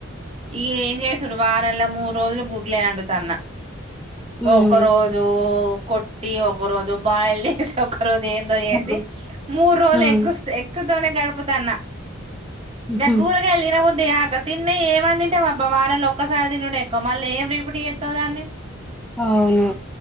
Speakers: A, on the right (about 25°); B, in the centre.
A: ఇగ ఏం జేసుడు వారంలా మూడు రోజులు గుడ్లే అండుతన్న
B: హ్మ్
A: ఒక రోజు కొట్టి ఒక రోజు బాయిల్ జేసి ఒక రోజు ఏందో చేసి
B: హ్మ్.
A: మూడు రోజులు
B: హ్మ్.
A: ఎగ్స్ ఎగ్స్తోనే గడుపుతున్న
B: హుహు.
A: నాకు కూరగాయలు తినబుద్ది గాక తిన్న ఏం అం తింట వబ్బా వారంల ఒక్కసారి తినుడే ఎక్కువ మళ్ళీ ఏం రీపీట్ జేత్తవ్ దాన్ని
B: అవును